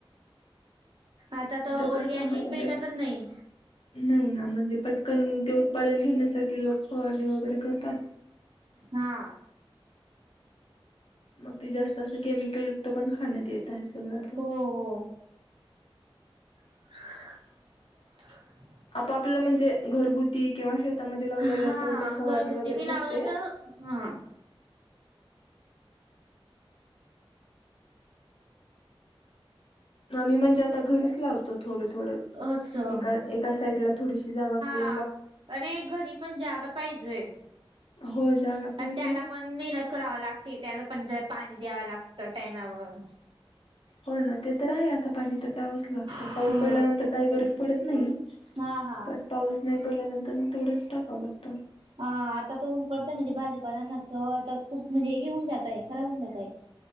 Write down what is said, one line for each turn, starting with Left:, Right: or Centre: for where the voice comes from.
Right: आता तर ऑरगॅनिक
Left: कसं म्हणजे
Right: भेटतच नाही.
Left: नाही ना म्हणजे पटकन ते उत्पादन घेण्यासाठी लोक- फवरणी वगैरे करतात.
Right: हा.
Left: मगं ते जास्त असं केमिकल युक्त पण खाण्यात येत आहे सगळं आता.
Right: हो हो <inaudible>
Left: आपपलं म्हणजे घरगुती किंवा शे- ता मध्ये लावलेव
Right: हा
Left: तेवढ काही फवारणी
Right: घरगुती
Left: वगैरे
Right: बी
Left: नसते.
Right: लावला तर हा
Left: आम्ही म्हणजे आता घरीच लावतो थोडं थोडं
Right: असं
Left: एका एका साईडला थोडीशी जागा करू-
Right: ह आणि घरी पण जागा पाहिजेय.
Left: हो जागा पाहिजे
Right: त्याला पण मेहनत कराव लागते त्याला. पण जला पाणी द्यावं लागत. टाइमावर-
Left: हो ना ते तर आहे आता पाणी तर द्यावच लागत
Right: हो
Left: पाऊस पडल्यानंतर काही गरज पडत नाही.
Right: हा हा.
Left: पण पाऊस नाही पडल्यानंतर मग तेवढंच टाकावं लागतं.
Right: ह आता तो ऊन पडतय म्हणजे भाजीपालांना चव आता खूप म्हणजे हे घऊन जातयं खराब होऊन जातयं.